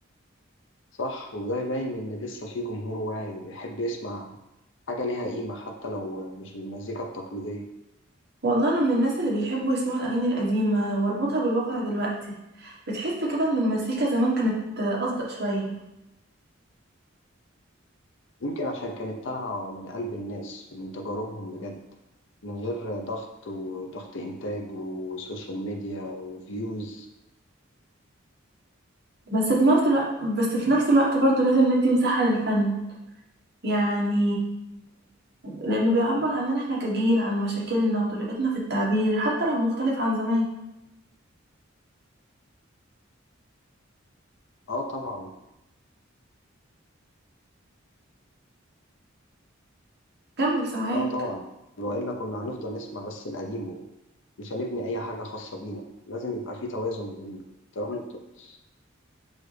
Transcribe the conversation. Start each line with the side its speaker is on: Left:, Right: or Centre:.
Left: صح وده يبين إن لسه في جمهور واعي وبيحب يسمع حاجة ليها قيمة حتى لو مش بالمزيكا التقليدية
Right: والله انا من الناس اللي بيحبوا يسمعوا الاغاني القديمه واربطها بالواقع دلوقتي بتحس كده ان المزيكا زمان كانت اصدق شويه
Left: يمكن عشان كانت طالعة من قلب الناس ومن تجاربهم بجد من غير ضغط وضغط إنتاج وسوشيال ميديا وفيوز
Right: بس في نفس الوقت بس في نفس الوقت برضو لازم ندي مساحه للفن يعني لانه بيعبر عننا احنا كجيل عن مشاكلنا وطريقتنا في التعبير حتى لو مختلف عن زمان
Left: اه طبعا
Right: كمل سامعاك
Left: اه طبعا والا كنا هنفضل نسمع بس القديم ومش هنبني اي حاجه خاصه بينا لازم يبقى في توازن بين احترام التراث